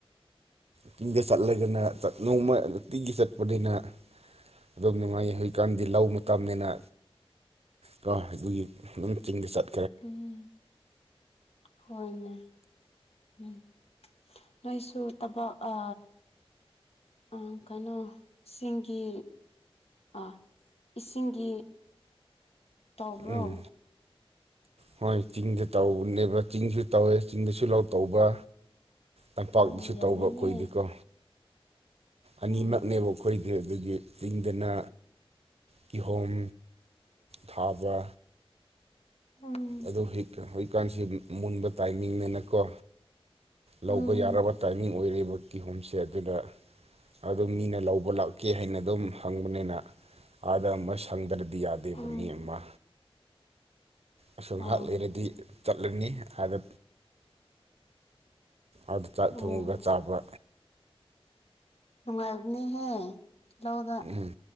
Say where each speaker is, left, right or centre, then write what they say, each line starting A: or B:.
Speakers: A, on the right; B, on the left.
A: ꯆꯤꯡꯗ ꯆꯠꯂꯒꯅ ꯆꯥꯠ ꯅꯣꯡꯃ ꯅꯨꯡꯇꯤꯒꯤ ꯆꯠꯄꯅꯤꯅ ꯑꯗꯨꯝ ꯅꯨꯡꯉꯥꯏ ꯍꯧꯖꯤꯛꯀꯥꯟꯗꯤ ꯂꯧ ꯃꯇꯝꯅꯤꯅ ꯀꯣ ꯑꯗꯨꯒꯤ ꯑꯗꯨꯝ ꯆꯤꯡꯗ ꯆꯠ
B: ꯎꯝ ꯍꯣꯏꯅꯦ ꯎꯝ ꯅꯣꯏꯁꯨ ꯇꯕꯛ ꯑ ꯑꯥ ꯀꯩꯅꯣ ꯁꯤꯡꯒꯤ ꯑꯥ ꯏꯁꯤꯡꯒꯤ ꯇꯧꯕ꯭ꯔꯣ
A: ꯎꯝ ꯍꯣꯏ ꯆꯤꯡꯗ ꯇꯧꯕꯅꯦꯕ ꯆꯤꯡꯁꯨ ꯇꯧꯋꯦ ꯆꯤꯡꯗꯁꯨ ꯂꯧ ꯇꯧꯕ ꯇꯝꯄꯥꯛꯇꯁꯨ
B: ꯑꯣ ꯌꯥꯝꯃꯦꯅꯦ
A: ꯇꯧꯕ ꯑꯈꯣꯏꯒꯤꯀꯣ ꯑꯅꯤꯃꯛꯅꯦꯕ
B: ꯎꯝ
A: ꯈꯣꯏꯗꯤ ꯑꯗꯨꯒꯤ ꯆꯤꯡꯗꯅ ꯀꯤꯍꯣꯝ ꯊꯥꯕ
B: ꯎꯝ
A: ꯑꯗꯨ ꯍꯧꯖꯤꯛ ꯍꯧꯖꯤꯛꯀꯥꯟꯁꯤ ꯃꯨꯟꯕ ꯇꯥꯏꯃꯤꯡꯅꯦꯅꯀꯣ ꯂꯧꯕ
B: ꯎꯝ
A: ꯌꯥꯔꯕ ꯇꯥꯏꯃꯤꯡ ꯑꯣꯏꯔꯦꯕ ꯀꯤꯍꯣꯝꯁꯦ ꯑꯗꯨꯅ ꯑꯗꯨ ꯃꯤꯅ ꯂꯧꯕ ꯂꯥꯛꯀꯦ ꯍꯥꯏꯅ ꯑꯗꯨꯝ ꯍꯪꯕꯅꯤꯅ ꯑꯥꯗ ꯑꯃ ꯁꯪꯗ꯭ꯔꯗꯤ ꯌꯥꯗ
B: ꯎꯝ
A: ꯃꯤ ꯑꯃ ꯑꯁ
B: ꯑꯣ
A: ꯉꯍꯥꯛ ꯂꯩꯔꯗꯤ ꯆꯠꯂꯅꯤ ꯑꯗ ꯑꯗ ꯆꯥꯛ
B: ꯎꯝ
A: ꯊꯣꯡꯉꯒ ꯆꯥꯕ
B: ꯅꯨꯡꯉꯥꯏꯕꯅꯤꯍꯦ ꯂꯧꯗ
A: ꯎꯝ